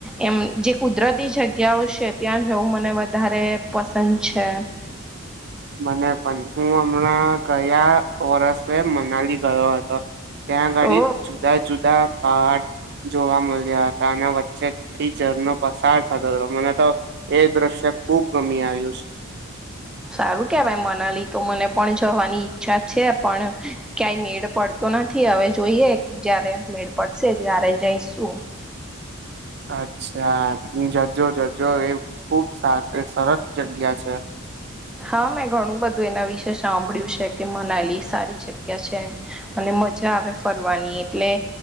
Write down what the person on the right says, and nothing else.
મને પણ હું હમણાં ગયા વર્ષે મનાલી ગયો હતો ત્યાં આગળ
જુદા જુદા પહાડ જોવા મળ્યા હતા અને વચ્ચે ટીચર નો પસાર થતો હતો મને તો એ દ્રશ્ય ખુબ ગમી આવે <inaudible>
અચ્છા જજો જજો એ ખુબ સરસ જગ્યા છે